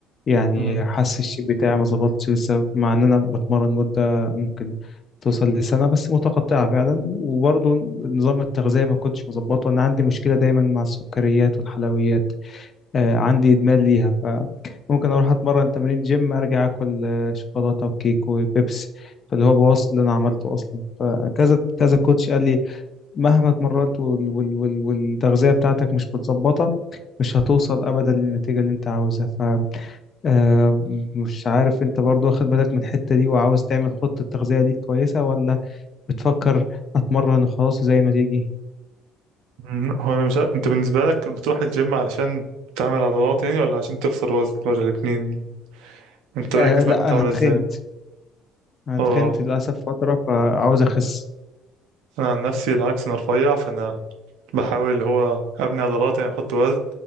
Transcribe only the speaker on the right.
مم.
أمم، هو أنا مش ع- انت بالنسبة لك بتروح الجيم علشان تعمل عضلات يعني ولا عشان تخسر وزن ولا الاتنين انت
بقى جسمك
هتعمل
ازاي
اه
أنا عن نفسي العكس أنا رفيع فأنا بحاول اللي هو أبني عضلات يعني أحط وزن